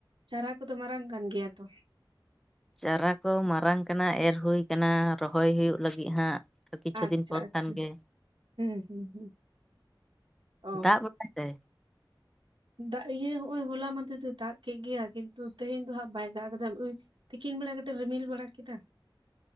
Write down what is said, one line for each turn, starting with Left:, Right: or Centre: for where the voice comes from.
Right: ᱪᱟᱨᱟ ᱠᱚᱫᱚ ᱢᱟᱨᱟᱝ ᱠᱟᱱ ᱜᱮᱭᱟ ᱛᱚ
Centre: ᱪᱟᱨᱟ ᱠᱚ ᱢᱟᱨᱟᱝ ᱠᱟᱱᱟ ᱮᱨ ᱦᱩᱭ ᱠᱟᱱᱟ ᱨᱚᱦᱚᱭ ᱦᱩᱭᱩᱜ ᱞᱟᱹᱜᱤᱫ ᱦᱟᱸᱜ ᱠᱤᱪᱷᱩ
Right: ᱟᱪᱪᱷᱟ
Centre: ᱫᱤᱱ ᱯᱚᱨ
Right: ᱟᱪᱪᱷᱟ
Centre: ᱠᱷᱟᱱ ᱜᱮ
Right: ᱦᱩᱸ ᱦᱩᱸ ᱦᱩᱸ ᱚ
Centre: ᱫᱟᱜ ᱵᱟᱲᱟᱭ ᱫᱟᱭ
Right: ᱫᱟᱜ ᱤᱭᱟᱹ ᱚᱦᱚᱭ ᱦᱚᱞᱟ ᱢᱟᱫᱷᱮᱨ ᱫᱚᱭ ᱫᱟᱜᱽ ᱠᱮᱫ ᱜᱮᱭᱟ ᱠᱤᱱᱛᱩ ᱛᱮᱦᱮᱧ ᱫᱚ ᱦᱟᱸᱜ ᱵᱟᱭ ᱫᱟᱜᱽ ᱠᱟᱫᱟ ᱛᱤᱠᱤᱱ ᱵᱮᱲᱟ ᱜᱮᱛᱚ ᱨᱤᱢᱤᱞ ᱵᱟᱲᱟ ᱠᱮᱫᱟ